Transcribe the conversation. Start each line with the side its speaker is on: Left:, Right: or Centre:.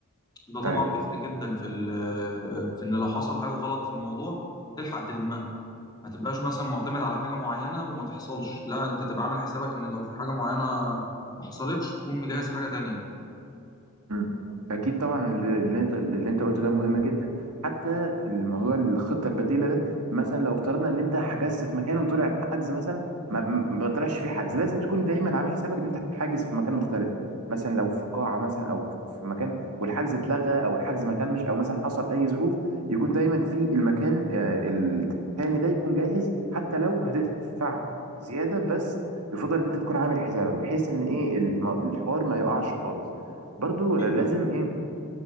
Left: ده طبعا
Right: ايوه
Left: بيفرق جدا في ال- في ان لو حصل حاجه غلط في الموضوع تلحق تلمها ما تبقاش مثلا معتمد على حاجه معينه وما تحصلش لا انت تبقى عامل حسابك ان لو في حاجه معينه ما حصلتش تكون مجهز حاجه تانية
Right: مم. اكيد طبعا اللي, اللي انت اللي انت قلته ده مهم جدا حتى في الموضوع الخطه البديله ده مثلا لو افترضنا ان انت حجزت في مكان وطلع الحجز مثلا ما, ما طلعش فيه حجز لازم تكون دايما عامل حسابك ان انت حاجز في مكان مختلف مثلا لو في قاعه مثلا او في مكان والحجز اتلغى او الحجز ما تمش او مثلا حصل اي ظروف يكون دايما في المكان آه، التاني ده يكون جاهز حتى لو هتدفع زياده بس يفضل ان انت تكون عامل حسابك بحيث ان ايه الم- الحوار ما يقعش خالص برضو لازم
Left: اكيد طبعا
Right: ايه